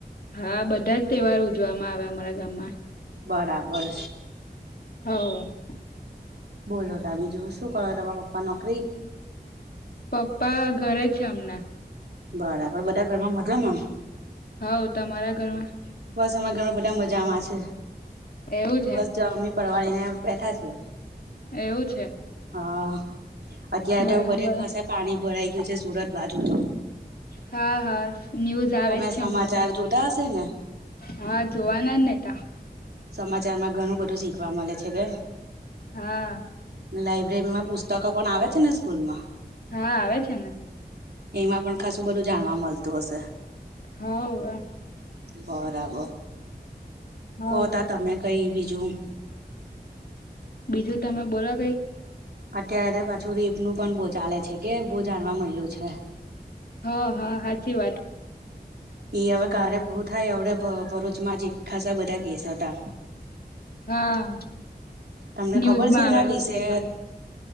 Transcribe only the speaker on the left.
હા બધા જ તહેવાર ઉજવામાં આવે અમારા ગામમાં
<inaudible>
પપ્પા ઘરે છે હમનાં
હવ તમારા ઘરમાં?
એવું છે
એવું છે.
બરાબર
હા હા ન્યૂઝ. આવે
જ છે
હમણાં તો
હા જોવાના ને જ નતા
હા
હા આવે છે ને.
હવ
હવ
બીજું તમે બોલો કઈ?
હા હા સાાચી વાત.
હા
ન્યૂઝમાં
આવેલું
છે પણ.